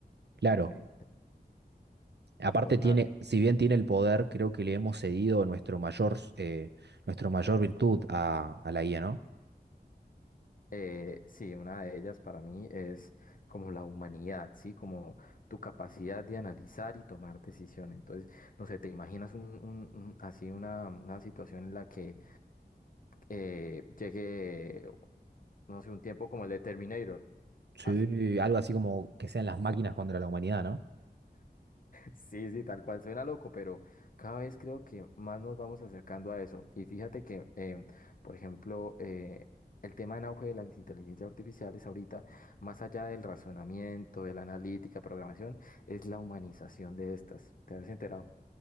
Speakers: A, on the right; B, on the left.
A: Claro,
B: No sé,
A: aparte
B: total.
A: tiene, si bien tiene el poder, creo que le hemos cedido nuestro mayor, eh, nuestro mayor virtud a, a la I A, no
B: eh, sí, una de ellas para mí es como la humanidad, ¿sí? Como tu capacidad de analizar y tomar decisiones. Entonces, no sé, te imaginas un, un- un- así una, una situación en la que eh, llegue, no sé, un tiempo como el de Terminator.
A: Sí,
B: Así. <laughs>
A: algo así como que sean las máquinas contra la humanidad, ¿no?
B: Sí, sí, tal cual. Suena loco, pero cada vez creo que más nos vamos acercando a eso. Y fíjate que, em, por ejemplo, eh, el tema en auge de las inteligencias artificiales ahorita, más allá del razonamiento, de la analítica, programación, es la humanización de estas. ¿Te has enterado?